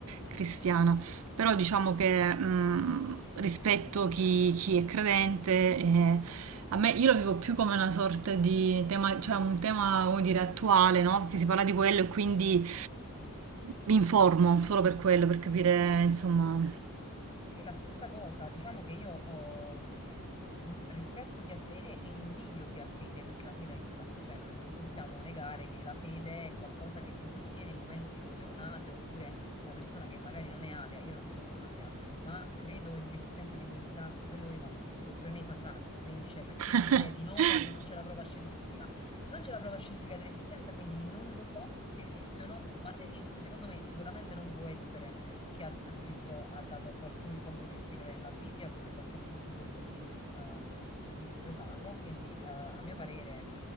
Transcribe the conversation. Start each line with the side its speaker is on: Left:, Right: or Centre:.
Right: cristiana. Però diciamo che mh, rispetto chi, chi è credente, eh, a me io lo vivo più come una sorta di tema, cioè un tema, come dire, attuale, no? Perché si parla di quello e quindi mi informo solo per quello, per capire, insomma.
Left: Sì, la stessa cosa, diciamo che io ho, mh, mh, rispetto chi ha fede e invidio chi ha fede, perché la fede aiuta, cioè non, non possiamo negare che la fede è qualcosa che ti sostiene in momenti dove un ateo oppure una persona che magari non è atea, io non sono atea, ma credo nell'esistenza di un'entità superiore, ma perché credo pure nei fantasmi, quindi cioè, perché
Right: <laughs>
Left: dire di no quando non c'è la prova scientifica? Non c'è la prova scientifica dell'esistenza, quindi non lo so se esiste o no, ma se esiste, secondo me sicuramente non può essere che ha, ha scritto, ha dato a qualcuno il compito di scrivere la Bibbia come qualsiasi tipo di, ehm, di libro sacro. Quindi, eh, a mio parere,